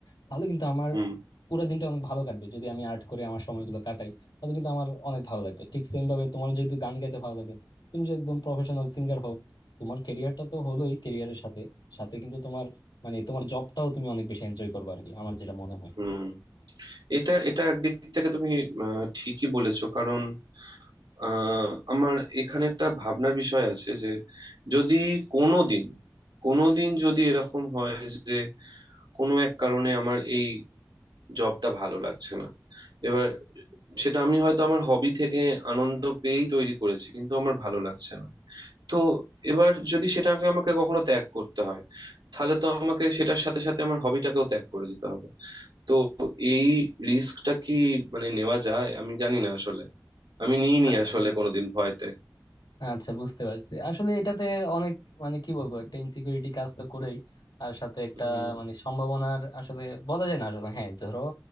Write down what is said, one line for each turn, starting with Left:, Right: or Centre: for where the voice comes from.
Left: তাহলে কিন্তু আমার
Right: হুম
Left: পুরো দিনটা অনেক ভালো কাটবে যদি আমি আর্ট করে আমার সময়গুলো কাটাই তাহলে কিন্তু আমার অনেক ভালো লাগবে ঠিক সেম ভাবে তোমার যেহেতু গান গাইতে ভালো লাগে তুমি যদি একদম প্রফেশনাল সিঙ্গার হও তোমার কেরিয়ারটা তো হলোই কেরিয়ারের সাথে সাথে কিন্তু তোমার মানে তোমার জবটাও তুমি অনেক বেশি এনজয় করবে আর কি আমার যেটা মনে
Right: হুম এটা এটা একদিক থেকে তুমি আহ, ঠিকই বলেছো কারণ আহ, আমার এখানে একটা ভাবনার বিষয় আছে যে যদি কোনোদিন কোনোদিন যদি এরকম হয় যে কোনো এক কারণে আমার এই জবটা ভালো লাগছে না এবার সেটা আমি হয়তো আমার হবি থেকে আনন্দ পেয়েই তৈরি করেছি কিন্তু আমার ভালো লাগছে না তো এবার যদি সেটাকে আমাকে কখনো ত্যাগ করতে হয় তাহলে তো আমাকে সেটার সাথে সাথে আমার হবিটাকেও ত্যাগ করে দিতে হবে তো এই রিস্কটা কি মানে নেওয়া যায় আমি জানি না আসলে আমি নিইনি
Left: হয়
Right: আসলে কোনোদিন ভয়তে
Left: আচ্ছা বুঝতে পারছি আসলে এটাতে অনেক মানে কি বলবো একটা ইনসিকিউরিটি কাজ তো করেই আর সাথে একটা
Right: হুম
Left: মানে সম্ভাবনার আসলে বলা যায় না আসলে হ্যাঁ ধরো